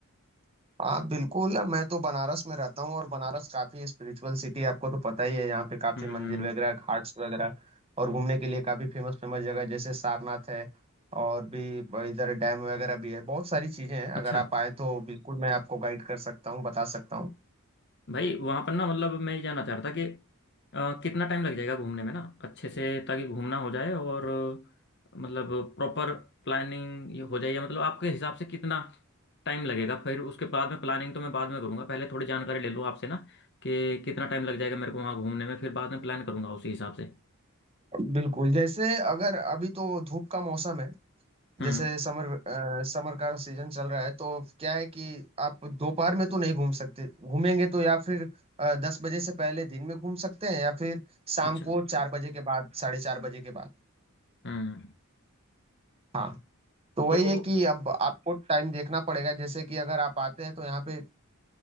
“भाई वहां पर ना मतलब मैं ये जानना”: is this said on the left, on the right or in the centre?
Left